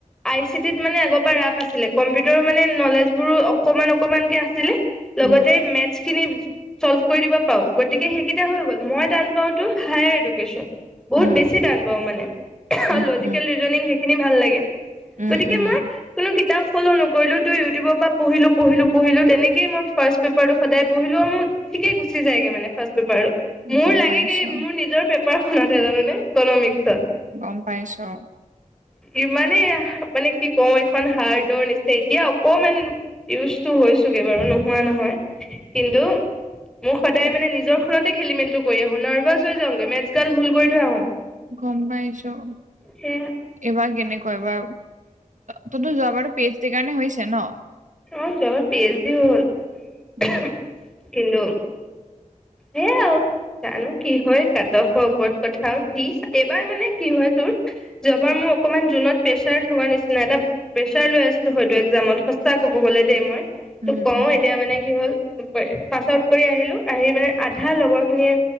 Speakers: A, in the centre; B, on the right.
A: আই চি ত মানে আগৰ পৰা ৰাপ আছিলে কম্পিউটাৰৰ মানে নলেজবোৰো অকণমান অকণমানকে আছিল আছিলে লগতে
B: উম
A: মেথচ খিনি চল্ভ কৰি দিব পাওঁ গতিকে সেইকেইটা হৈ গ'ল মই টান পাওতো হায়াৰ এডুকেশ্যন বহুত
B: উম
A: বেছি টান পাওঁ মানে আৰু
B: উম
A: লজিকেল
B: উম
A: ৰিজনিং হেই খিনি ভাল লাগে
B: উম
A: গতিকে
B: উম
A: মই কোনো কিতাপ ফ'ল নকৰিলোঁ তু ইউটিউবৰ পৰা পঢ়িলো পঢ়িলো পঢ়িলো তেনেকেই মই ফাৰ্ষ্ট পেপাৰটো সদায় পঢ়িলো আৰু মোৰ ঠিকে গুচি যায়গে মানে ফাৰ্ষ্ট পেপাৰ মোৰ
B: গম
A: লাগেগে
B: পাইছো
A: মোৰ নিজৰ পেপাৰ ঠহে জান নে ইকনমিক্সচত
B: গম পাইছোঁ
A: ইমানেই আহ মানে কি কম এখন হাৰ্ডৰ নিচিনা এতিয়া অকমান ইউজটো হৈছোগে বাৰু নোহোৱা নহয় কিন্তু মোৰ সদায় মানে নিজৰ খতে খেলি মেলিটো কৰি আহো নাৰ্ভাচ হৈ যাওঁগে মেথছ গাল ভুল কৰি থৈ আহো
B: গম পাইছোঁ
A: সেয়া
B: এবা কেনেকুৱা কয় বা তইতো যোৱাবাৰটো পেষ্ট সেই কাৰণে হৈছে ন
A: অ যোৱাবাৰ পি এইচ ডি হ'ল
B: উম
A: কিন্তু সেয়াই আৰু জানো কি হয় কাট অফৰ ওপৰত কথা দি এইবাৰ মানে কি হয় তোৰ যোৱাবাৰ মোৰ অকনমান জুনত প্ৰেচাৰ থোৱা নিচিনা এটা প্ৰেচাৰ লৈ আছো হয়তো একজামত া ক'ব গ'লে দেই মই তোক
B: উম
A: কওঁ
B: উম
A: এতিয়া মানে কি হ'ল পাছ আউট কৰি আহিলো আহি মানে আধা লগৰ খিনিয়ে